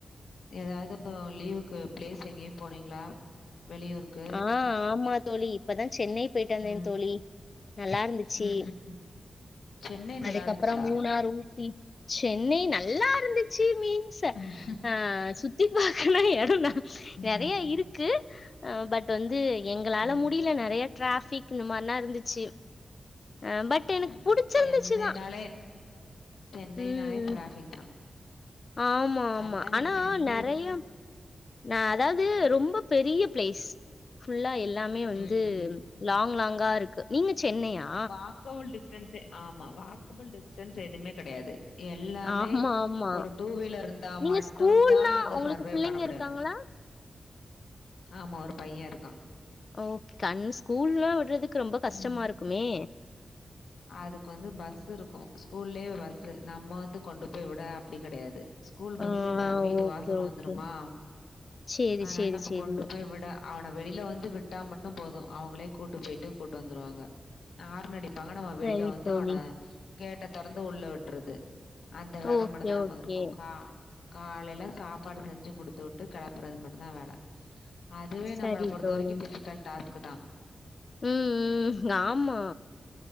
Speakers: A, on the left; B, on the left.
A: ஏதாவது லீவுக்கு பிளேஸ் எங்கேயும் போனீங்களா வெளியூருக்கு
B: ஆ ஆமா தோழி இப்பதான் சென்னை போயிட்டா வந்தேன
A: ம்
B: தோழி நல்லா இருந்துச்சி
A: ம் ம் சென்னை
B: அதுக்கப்பறோ
A: நல்லா இருந்துச்சா
B: மூணாறு ஊட் சென்னை நல்லா இருந்து மின்ஸ்
A: ம்
B: ஹா சுத்தி பாக்க <unintelligible> நெறைய
A: ம்
B: இருக்கு ஆ பட் வந்து எங்களால
A: ம்
B: முடில நெறைய டிராஃபிக் இந்த மாரிலா இருந்துச்சு அஹ் பட் எனக்கு
A: ம்
B: புடிச்சிருந்துச்சுதான்
A: சென்னைனாலே சென்னைனாலே
B: உம்
A: டிராஃபிக் தா
B: ஆமா ஆமா
A: அதா
B: ஆனா
A: நீங்க சென்னை
B: நெறைய நான் அதாவது ரொம்ப பெரிய பிளேஸ் ஃபுல்லா இல் எல்லாமே வந்து
A: ம் ம்
B: லாங் லாங் கரு இருக்கு நீங்க சென்னையா
A: வாக்கபுள் டிஸ்டன்ஸே ஆமா வாக்கபிள் டிஸ்டன்ஸ் எதுமே கிடையாது எல்லாமே
B: ஆமா ஆமா
A: ஒரு டூ வீலர் இருந்தா
B: நீங்க
A: மட்டும்தா
B: ஸ்கூல்னா
A: அங்க
B: உங்களுக்கு
A: சர்வே
B: பிள்ளைங்க
A: பண்ண முடியும்
B: இருக்காங்களா
A: ஆமா ஒரு பையன் இருக்கான்
B: ஓகே கண் ஸ்கூல்லாம் விடுறதுக் கு ரொம்ப கஷ்டமா
A: ம்
B: இருக்குமே
A: அதுக்கு வந்து பஸ் இருக்கும் ஸ்கூல்லயே பஸ் நம்ம வந்து கொண்டு போய் விட அப்டி கிடையாது ஸ்கூல் பஸ்ஸே
B: ஆ
A: வீட்டு
B: ஓகே
A: வாசல்ல
B: ஓகே
A: வந்துருமா
B: சேரி
A: அதனால
B: சேரி
A: நம்ம
B: சேரி
A: கொண்டு போய் விட அ வெளிய வந்து விட்டா மட்டும் போதும் அவங்களே கூட்டு போயிட்டு கூட்டு வந்துருவாங்க ஆறன்அடிப்பாங்க பாங்க நம்
B: சரி
A: வெளியில வந்து
B: தோழி
A: அவனை கேட்ட தொறந்து உள்ள விட்டுறது அந்த வேலை
B: ஓகே
A: மட்டும் தா நம்மக்கு
B: ஓகே
A: இருக்கு காலையில சாப்பாடு செஞ்சு குடுத்து விட்டு களப் ப்புறது மட்டும்தா வேல அதுவே
B: சரி
A: நம்மள பொறுத்த
B: தோழி
A: வரைக்கும் டிபிகல் டாஸ்க் தா
B: ம் ம் ம் ஆமா